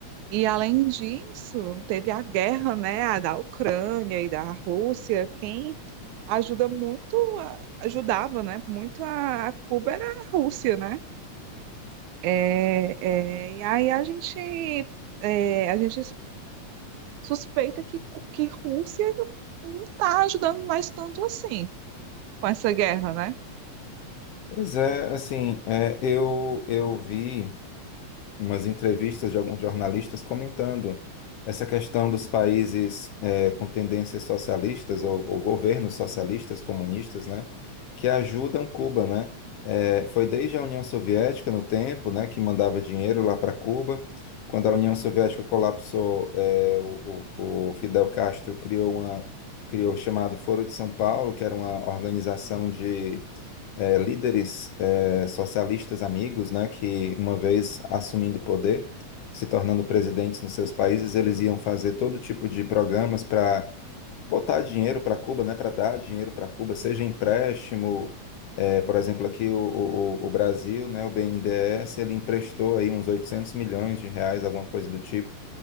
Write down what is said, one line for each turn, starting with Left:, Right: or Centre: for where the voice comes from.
Right: E além disso, teve a guerra, né, a da Ucrânia e da Rússia, quem ajuda muito, a- ajudava, né, muito a, a Cuba era a Rússia, né? É, é, e aí a gente, é, a gente suspeita que, que Rússia não está ajudando mais tanto assim com essa guerra, né?
Left: Pois é, assim, é, eu, eu vi umas entrevistas de alguns jornalistas comentando essa questão dos países é, com tendências socialistas ou, ou governos socialistas, comunistas, né, que ajudam Cuba, né? É, foi desde a União Soviética no tempo, né, que mandava dinheiro lá para Cuba. Quando a União Soviética colapsou, é, o, o o Fidel Castro criou uma criou o chamado Foro de São Paulo, que era uma organização de eh, líderes eh, socialistas amigos, né, que uma vez assumindo o poder, se tornando presidentes nos seus países, eles iam fazer todo tipo de programas para botar dinheiro para Cuba, né, para dar dinheiro para Cuba, seja empréstimo, eh, por exemplo, aqui o, o, o Brasil, né, o BNDES, ele emprestou aí uns 800 milhões de reais, alguma coisa do tipo